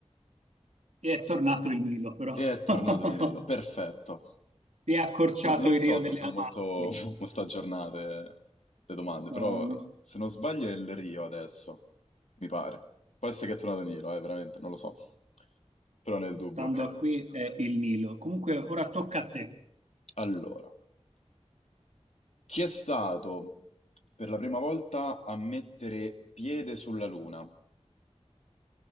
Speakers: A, on the right; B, on the left.
A: E è tornato il Nilo, però.
B: E è tornato
A: <laughs>
B: il Nilo, perfetto.
A: Si è accorciato
B: Per- Non
A: il
B: so
A: Rio delle
B: se sono
A: Amazzoni.
B: molto, <laughs> molto aggiornate le domande,
A: No,
B: però
A: è uno-
B: se non sbaglio è il Rio adesso, mi pare. Può essere che è tornato il Nilo, eh, veramente, non lo so. Però nel dubbio,
A: stando
B: ok.
A: a qui è il Nilo. Comunque, ora tocca a te.
B: Allora. Chi è stato per la prima volta a mettere piede sulla Luna?